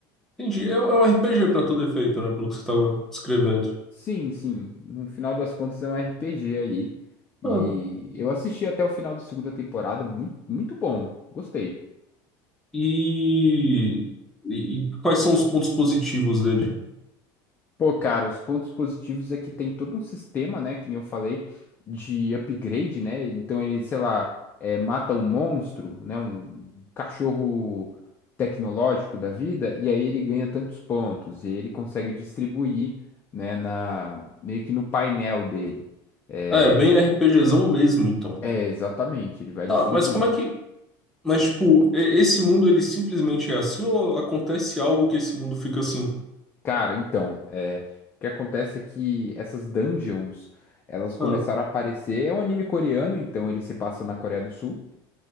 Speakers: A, in the centre; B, on the left.
A: Entendi. É, um é um RPG pra todo efeito, né? Pelo que você tava descrevendo.
B: Sim, sim. No final das contas é um RPG aí. E
A: Ah,
B: eu assisti até o final da segunda temporada. Muito, muito bom. Gostei.
A: e, e- e quais são os pontos positivos dele?
B: Pô, cara, os pontos positivos é que tem todo um sistema, né, que nem eu falei, de upgrade, né? Então ele, sei lá, é, mata um monstro, né, um cachorro tecnológico da vida, e aí ele ganha tantos pontos, e ele consegue distribuir, né, na, meio que no painel dele. É,
A: Ah, É, bem RPGzão mesmo, então.
B: é, exatamente, ele vai
A: Tá,
B: distribuindo.
A: mas como é que. Mas, tipo, e- esse mundo ele simplesmente é assim ou acontece algo que esse mundo fica assim?
B: Cara, então, é, o que acontece é que essas dungeons, elas começaram
A: Ah,
B: a aparecer, é um anime coreano, então ele se passa na Coreia do Sul.